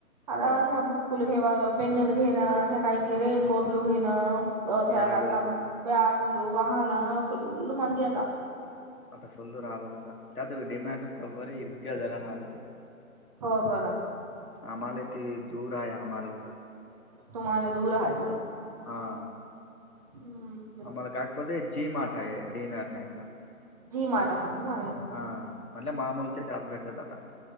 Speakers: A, on the right; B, on the left.
A: आता
B: हो
A: त्या बुक कुल घेवाणं पेननल घेणं त्या काही रेनकोट ल घेणं त्या
B: बॅगुलू
A: काही का बॅगल वाहन फुल्ल मंद आता
B: आता फुल्लू राहतात आता त्यात डेमॅटोज कव्वरे हर्ग जरा राहतात
A: होग ना
B: आमाला ते दुर आहे. हमालावडा
A: तुम्हाला दुर हाय.
B: हा
A: हम्म
B: आम्हाला <unintelligible> जीमाॅड आहे डीमॅट नाहीता.
A: जी मार्ट हा तुम्हाला,
B: हां म्हटले मामूलचे ते आत भेटतात आता,